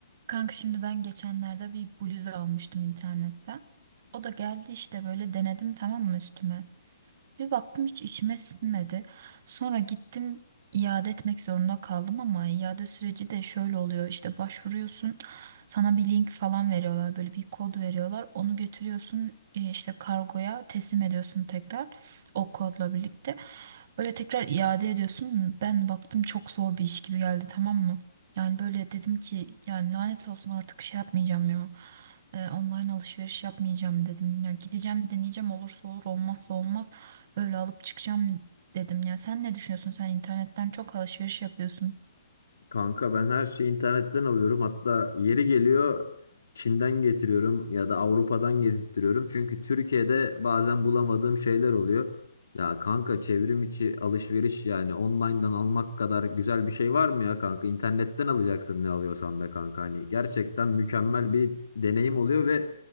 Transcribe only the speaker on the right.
Kanka şimdi ben geçenlerde bir bluz almıştım internetten. O da geldi işte böyle denedim tamam mı üstüme. Bir baktım hiç içime sinmedi. Sonra gittim iade etmek zorunda kaldım ama iade süreci de şöyle oluyor. İşte başvuruyorsun, sana bir link falan veriyorlar, böyle bir kod veriyorlar. Onu götürüyorsun e, işte kargoya teslim ediyorsun tekrar o kodla birlikte. Böyle tekrar iade ediyorsun. Ben baktım çok zor bir iş gibi geldi tamam mı? Yani böyle dedim ki yani lanet olsun artık şey yapmayacağım ya. E, online alışveriş yapmayacağım dedim. Ya gideceğim deneyeceğim olursa olur olmazsa olmaz öyle alıp çıkacağım dedim ya. Sen ne düşünüyorsun? Sen internetten çok alışveriş yapıyorsun.